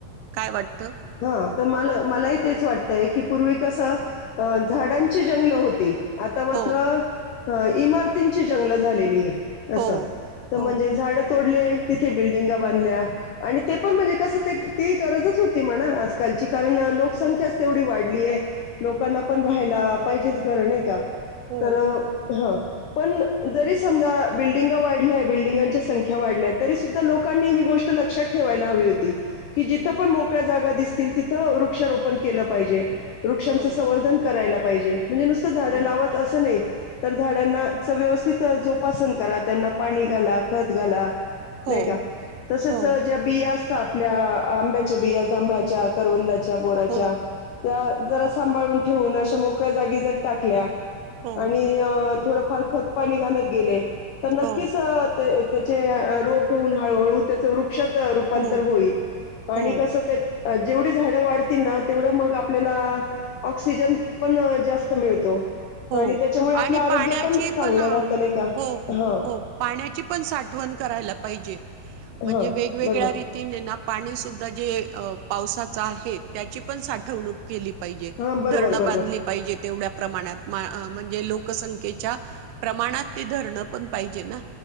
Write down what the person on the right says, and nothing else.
काय वाट.
हो
हो
हो
हो
हो
हो
हो
हो
हो
हो
हो
हो
हो
हो
आणि
पाण्याची
पण हो
हो
हो पाण्याची पण साठवण करायला पाहिजे म्हणजे
वेगवेगळ्या
रीतीने ना पाणी सुद्धा जे पावसाचा आहे त्याची पण साठवणूक केली पाहिजे
धरणं
बांधली पाहिजे तेवढ्या प्रमाणात म्हणजे लोकसंख्ये प्रणात धरण पण पाहिजे ना